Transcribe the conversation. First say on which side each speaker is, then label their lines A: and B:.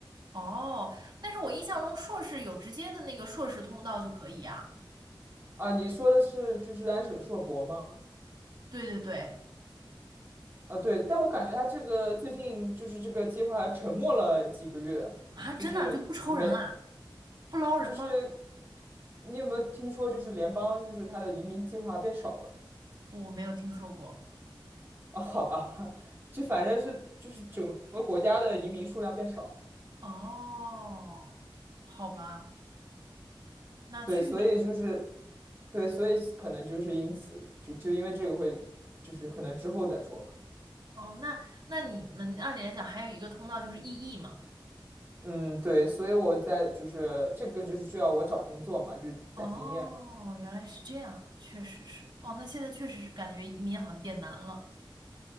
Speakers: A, on the right (about 55°); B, on the right (about 25°).
A: 哦，但是我印象中硕士有直接的那个硕士通道就可以呀。
B: 啊，你说的是就是安史硕博吗？
A: 对对对，
B: 啊，对，但我感觉他这个最近就是这个计划沉默了几个月，
A: 啊，真的就不抽人啦。
B: 就是没，
A: 不捞人吗？
B: 就是你有没有听说，就是联邦就是他的移民计划变少了
A: 我没有听说过。
B: 啊？好吧，<laughs> 就反正是就是整个国家的移民数量变少，
A: 哦，好吧，那确实。
B: 对，所以就是对，所以可能就是因此就就因为这个会就是可能之后再说。吧。
A: 哦，那那你们按理来讲还有一个通道就是异议嘛。
B: 嗯，对，所以我在就是这个就是需要我找工作嘛，就攒经验嘛。
A: 哦，原来是这样，确实是。哦，那现在确实是感觉移民好像变难了，